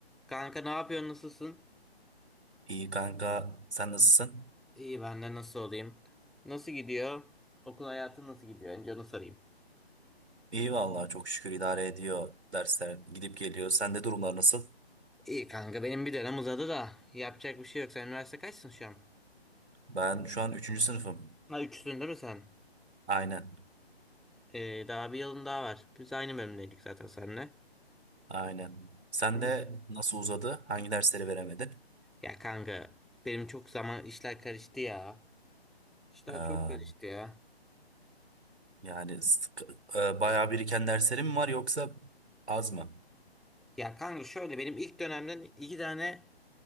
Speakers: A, in the centre; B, on the right (about 85°).
A: Kanka ne yapıyorsun? Nasılsın?
B: İyi kanka, sen nasılsın?
A: İyi ben de nasıl olayım? Nasıl gidiyor? Okul hayatı nasıl gidiyor? Önce onu sorayım.
B: İyi vallahi çok şükür idare ediyor dersler gidip geliyor. Sende durumlar nasıl?
A: İyi kanka benim bir dönem uzadı da yapacak bir şey yok. Sen üniversite kaçsın şu an?
B: Ben şu an üçüncü sınıfım.
A: Ha üçsün değil mi sen?
B: Aynen,
A: Ee, daha bir yılın daha var. Biz aynı bölümdeydik zaten seninle.
B: aynen. Sen
A: Hı.
B: de nasıl uzadı? Hangi dersleri veremedin?
A: Ya kanka benim çok zaman işler karıştı ya. İşler
B: Ee,
A: çok karıştı ya.
B: yani sık- e, bayağı biriken derslerin mi var yoksa az mı?
A: Ya kanka şöyle benim ilk dönemden iki tane